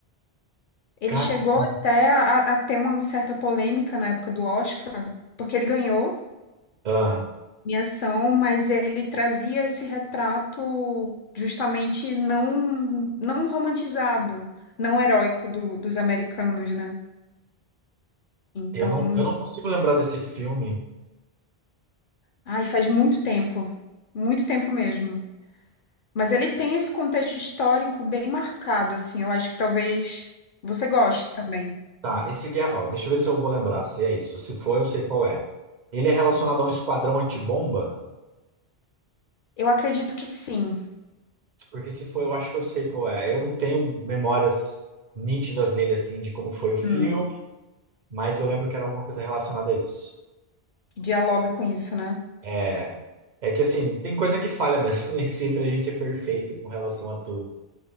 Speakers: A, on the left; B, on the right.
A: Ele
B: Caramba.
A: chegou até a, a ter uma certa polêmica na época do Oscar, porque ele ganhou
B: Ah,
A: minha ação, mas ele trazia esse retrato justamente não, não romantizado, não heróico do- dos americanos, né? Então,
B: eu não, eu não consigo lembrar desse filme.
A: ai, faz muito tempo, muito tempo mesmo. Mas ele tem esse contexto histórico bem marcado, assim. Eu acho que talvez você goste também.
B: Tá, esse guerra, ó, deixa eu ver se eu vou lembrar se é isso. Se for, eu sei qual é. Ele é relacionado a um esquadrão antibomba?
A: Eu acredito que sim.
B: Porque se for, eu acho que eu sei qual é. Eu não tenho memórias nítidas dele, assim, de como foi o filme,
A: Hum,
B: mas eu lembro que era alguma coisa relacionada a isso.
A: Dialoga com isso, né?
B: É, é que, assim, tem coisa que falha mesmo. <laughs> Nem sempre a gente é perfeito com relação a tudo.